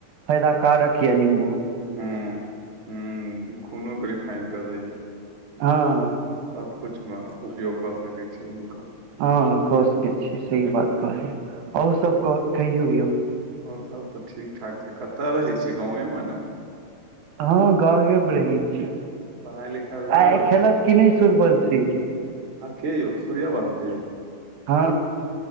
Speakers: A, on the right; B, on the right.
A: फैयदा कारक या निबू।
B: हूं हूं खुनो के रिफाइनड कऽ दैएया।
A: हाँ।
B: सबकिछुमे उपयोग कऽ सकै छै हुनकर
A: हँ कऽ सकैत छी सही बात कहली, आओर सब क कहियौ यौ।
B: आओर सब तऽ ठीकठाक छै, कतऽ रहै छि गाँवे मे ने।
A: हँ गावे मे रही छी,
B: पढ़ाइ लिखाइ भए
A: आइ
B: रहल
A: खेलक की नहि सूर्यवंशी।
B: आखे यौ सूर्यवंशी।
A: हँ।